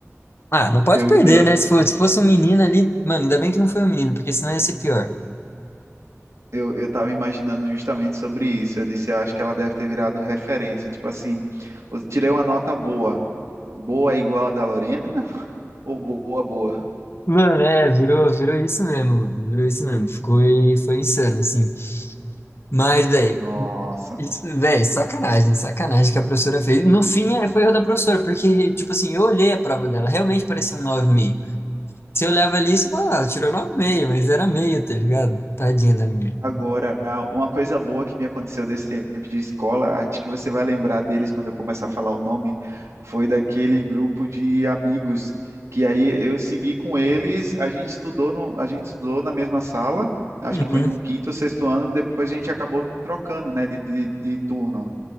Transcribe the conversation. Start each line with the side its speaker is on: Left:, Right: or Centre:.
Left: Ah, não pode
Right: Eu,
Left: perder,
Right: eu,
Left: né? Se fosse, se fosse um menino ali, mano, ainda bem que não foi um menino, porque senão ia ser pior.
Right: eu, eu tava imaginando justamente sobre isso. Eu disse, eu acho que ela deve ter virado referência. Tipo assim, eu tirei uma nota boa. Boa é igual a da Lorena ou boa, boa?
Left: Mano, é, virou, virou isso mesmo, mano. Virou isso mesmo. Ficou, e- foi insano, assim. Mas, velho,
Right: Nossa.
Left: isso, velho, sacanagem, sacanagem que a professora fez. No fim, é, foi erro da professora, porque, tipo assim, eu olhei a prova dela, realmente parecia um 9,5. Se eu levo ali, você fala, ah, ela tirou 9,5, mas era meio, tá ligado? Tadinha da menina.
Right: Agora, uma coisa boa que me aconteceu desse tempo de escola, acho que você vai lembrar deles quando eu começar a falar o nome, foi daquele grupo de amigos que aí eu segui com eles, a gente estudou no, a gente estudou na mesma sala, acho
Left: Uhum,
Right: que foi no quinto ou sexto ano, depois a gente acabou trocando, né, de, de, de turno.